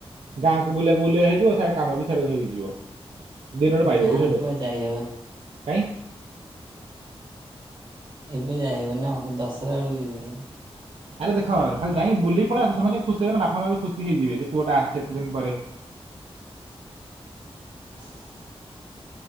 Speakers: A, on the right; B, on the right.
A: ଗାଁକୁ ବୁଲିବାକୁ ବୁଲିବା ହେଇଯିବ, ସିଆଡେ କାମ ବି ସେଠକ ହେଇଯିବ ଦିନରେ ପାଇବ
B: ଗାଁକୁ
A: ବୁଝିଲ
B: ବା
A: ତ।
B: ଯାଇହବନି।
A: କାଇଁ
B: ଏବେ ଯାଇଁନି ନା ଦଶରା ବେଳକୁ ଯିବି ଯାଇ।
A: ଆରେ ଦେଖ ଖାଲି ଯାଇକି ବୁଲି ପଳେଇ ଆସ ସେମାନେ ଖୁସି ହେଇ ନା ବାପା ମା ଖୁସିଇଯିବ ଯେ ପୁଅଟା ଆସିଛି ଏତେ ଦିନ୍ ପରେ।
B: <unintelligible>